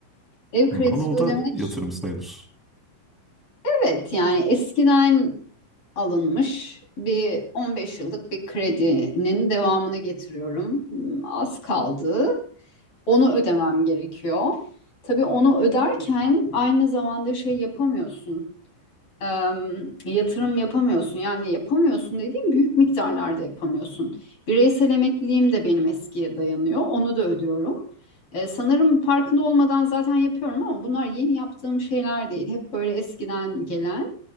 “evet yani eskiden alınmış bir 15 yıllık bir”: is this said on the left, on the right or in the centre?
Left